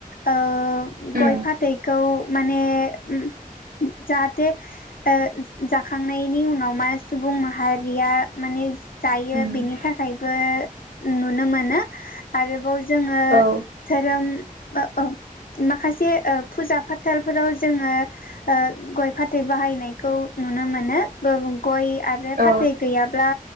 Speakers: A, on the left; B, on the right.
A: ओ
B: उम
A: गय फाथैखौ माने उम जाहाथे ओ जाखांनायनि उनाव मा सुबुं माहार रिया माने जायो
B: उम
A: बेनि थाखायबो नुनो मोनो आरोबाव जोङो
B: औ
A: धोरोम ओ औ माखासे ओ फुजा फाथालफोराव जोङो ओ गय फाथै बाहायनायखौ नुनो मोनो गोबां गय आरो
B: औ
A: फाथै गैयाब्ला